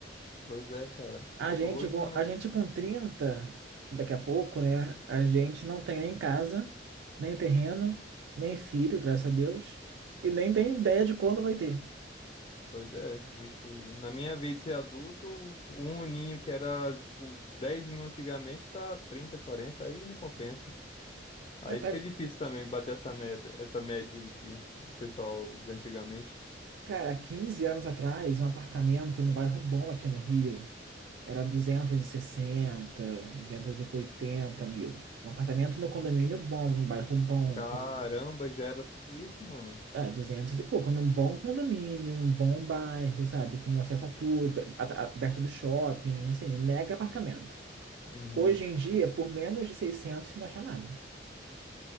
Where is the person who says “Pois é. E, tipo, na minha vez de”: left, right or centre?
Left